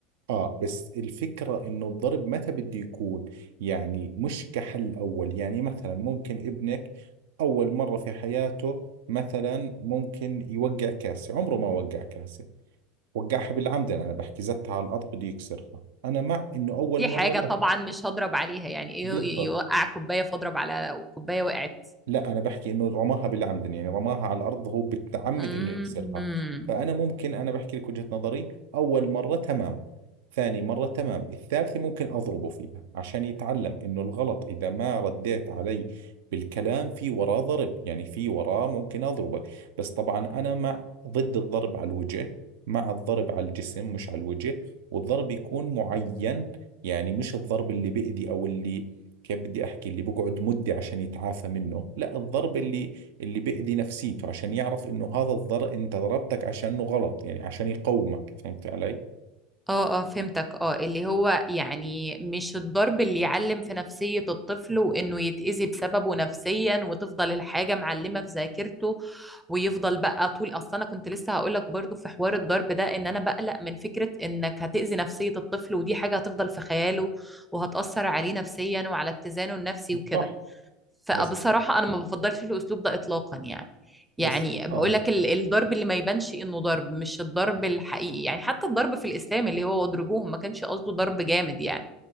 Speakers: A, on the right; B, in the centre.
A: اه بس الفكرة انه الضرب متى بده يكون يعني مش كحل اول يعني مثلا ممكن ابنك اول مرة في حياته مثلا ممكن يوقع كاسة عمره ما وقع كاسة وقعها بالعمد انا بحكي زتها على الارض بده يكسرها انا مع انه اول
B: دي
A: مرة
B: حاجة
A: لا
B: طبعا مش هضرب عليها يعني إيه
A: بالضبط
B: يوقع كوباية فاضرب على كوباية وقعت
A: لا انا بحكي انه رماها بالعمد يعني رماها على الارض هو بالتعمد
B: امم
A: انه يكسرها فانا ممكن انا بحكي لك وجهة نظري اول مرة تمام ثاني مرة تمام الثالثة ممكن اضربه فيها عشان يتعلم انه الغلط اذا ما رديت علي بالكلام في وراه ضرب يعني في وراه ممكن اضربك بس طبعا انا مع ضد الضرب على الوجه مع الضرب على الجسم مش على الوجه والضرب يكون معين يعني مش الضرب اللي بيأذي او اللي كيف بدي احكي اللي بقعد مده عشان يتعافى منه لا الضرب اللي اللي بيأذي نفسيته عشان يعرف انه هذا الضرب انت ضربتك عشانه غلط يعني عشان يقومك فهمت علي
B: اه اه فهمتك اه اللي هو يعني مش الضرب اللي يعلم في نفسية الطفل وانه يتأذي بسببه نفسيا وتفضل الحاجة معلمة في ذاكرته ويفضل بقى طول اصلا انا كنت لسه هقول لك برضو في حوار الضرب ده ان انا بقلق من فكرة انك هتأذي نفسية الطفل ودي حاجة هتفضل في خياله وهتأثر عليه نفسيا وعلى اتزانه النفسي وكده
A: صح
B: فبصراحة
A: بس
B: أنا ما بفضلش الأسلوب ده إطلاقا يعني يعني
A: بس
B: بقول
A: اه
B: لك ال- الضرب اللي ما يبانش إنه ضرب مش الضرب الحقيقي يعني حتى الضرب في الإسلام اللي هو واضربوهم ما كانش قصده ضرب جامد يعني